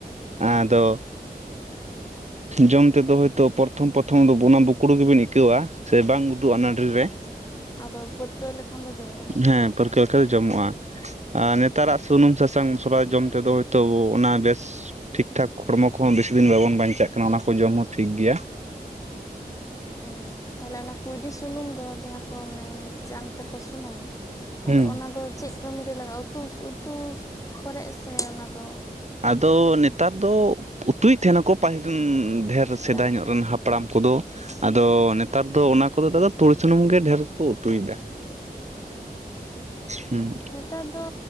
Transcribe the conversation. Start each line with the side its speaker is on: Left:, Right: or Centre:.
Right: ᱟᱫᱚ, ᱡᱚᱢᱛᱮ ᱫᱚᱦᱚᱭ, ᱛᱚ ᱯᱚᱨᱚᱛᱷᱚᱢ ᱯᱨᱚᱨᱚᱛᱷᱚᱢ ᱫᱚ ᱚᱱᱟ ᱵᱩᱠᱩᱲ ᱜᱮᱵᱤᱱ ᱟᱹᱭᱠᱟᱹᱣᱟ ᱥᱮ ᱵᱟᱝ ᱩᱫᱩᱜᱼᱟ ᱱᱟᱹᱰᱨᱤ ᱨᱮ,
Left: ᱟᱫᱚ ᱯᱟᱹᱨᱠᱟᱹᱣ ᱞᱮᱠᱷᱟᱱ ᱫᱚ ᱡᱚᱢᱚᱜ,
Right: ᱦᱮᱸ ᱯᱟᱹᱨᱠᱟᱹᱣ ᱞᱮᱠᱷᱟ ᱫᱚ ᱡᱚᱢᱚᱜᱼᱟ᱾ ᱟᱨ ᱱᱮᱛᱟᱨᱟᱜ ᱥᱩᱱᱩᱢ ᱥᱟᱥᱟᱝ ᱢᱚᱥᱚᱞᱟ ᱡᱚᱢ ᱛᱮᱫᱚ ᱦᱳᱭᱛᱳ ᱚᱱᱟ ᱵᱮᱥ, ᱴᱷᱤᱠ ᱴᱷᱟᱠ ᱦᱚᱲᱢᱚ ᱠᱚᱦᱚᱸ ᱵᱮᱥᱤ ᱫᱤᱱ ᱵᱟᱵᱚᱱ ᱵᱟᱧᱪᱟᱜ ᱠᱟᱱᱟ ᱚᱱᱟ ᱠᱚ ᱡᱚᱢ ᱦᱚᱸ ᱴᱷᱤᱠ ᱜᱮᱭᱟ᱾
Left: ᱟ ᱛᱟᱦᱚᱞᱮ ᱚᱱᱟ ᱠᱩᱩᱭᱰᱤ ᱥᱩᱱᱩᱢ ᱫᱚ ᱡᱟᱦᱟᱸ ᱠᱚ ᱢᱟᱱᱮ ᱡᱟᱝ ᱛᱮᱠᱚ ᱥᱩᱱᱩᱢᱟ,
Right: ᱦᱮᱸ
Left: ᱟᱫᱚ ᱚᱱᱟᱫᱚ ᱪᱮᱫ ᱠᱟᱹᱢᱤ ᱨᱮ ᱞᱟᱜᱟᱜᱼᱟ ᱩᱛᱩ ᱩᱥᱩ ᱩᱛᱩ ᱠᱚᱨᱮ ᱥᱮ ᱚᱱᱟ ᱫᱚ,
Right: ᱟᱫᱚ ᱱᱮᱛᱟᱨ ᱫᱚ ᱩᱛᱩᱭᱮᱫ ᱛᱟᱦᱮᱱᱟᱠᱚ ᱯᱟᱹᱦᱤᱞ ᱰᱷᱮᱨ ᱥᱮᱫᱟᱭ
Left: ᱛᱟᱦᱮᱸ
Right: ᱧᱚᱜ ᱨᱮᱱ ᱦᱟᱯ, ᱯᱲᱟᱢ ᱠᱚᱫᱚ ᱟᱫᱚ ᱱᱮᱛᱟᱨ ᱫᱚ ᱚᱱᱟ ᱠᱚᱫᱚ ᱫᱟᱫᱚ ᱛᱩᱲ ᱥᱩᱱᱩᱢ ᱜᱮ ᱰᱷᱮᱨ ᱠᱚ ᱩᱛᱩᱭᱮᱫᱟ᱾ ᱦᱩᱸ
Left: ᱱᱮᱛᱟᱨ ᱫᱚ